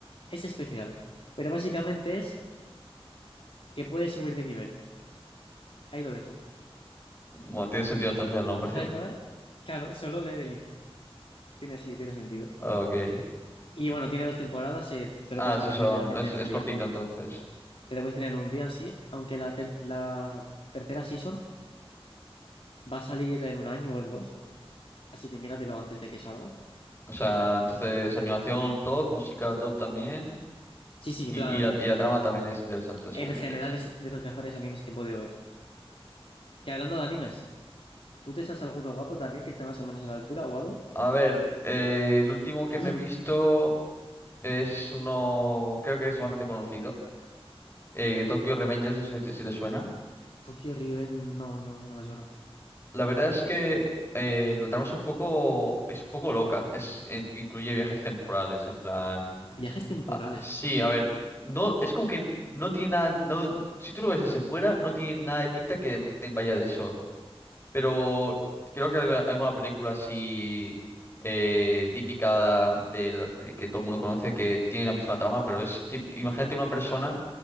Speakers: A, on the left; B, on the left.
A: Es especial. Pero básicamente es que puedes subir de nivel. Ahí lo dejo.
B: Bueno, tiene sentido entonces el nombre.
A: El rango,
B: <laughs>
A: ¿eh? Claro, solo leveling. Tiene, sí, tiene sentido.
B: Ok.
A: Y bueno, tiene dos temporadas, eh, te lo
B: Ah,
A: puedes
B: sí,
A: mirar
B: son,
A: literalmente
B: es,
A: en
B: es
A: un día.
B: cortito entonces.
A: Te lo puedes mirar en un día, sí, aunque la, ter- la tercera season va a salir en un año o en dos, así que míratelo antes de que salga.
B: O sea, entonces animación top, música top también.
A: Sí, sí,
B: Y,
A: en plan,
B: y la, y la trama también es interesante, según
A: en
B: dices.
A: general es de los mejores animes que he podido ver. Que hablando de animes, ¿tú te sabes alguno guapo también que esté más o menos a la altura o algo?
B: A ver, eh, el último
A: <clears throat>
B: que me he visto es uno, creo que es bastante conocido, eh, Tokyo Revengers, no sé si te, si te suena.
A: Tokyo Riven, no, no, no me suena.
B: La verdad es que eh, la trama es un poco, es un poco loca, es, eh, incluye viajes temporales, en plan,
A: Viajes temporales,
B: sí, a ver, no, es como que no tiene nada, no, si tú lo ves desde fuera, no tiene nada de pinta que te vaya de eso. Pero creo que alga- alguna película así eh, típica de, de que todo el mundo conoce que tiene la misma trama, pero es ti- imagínate una persona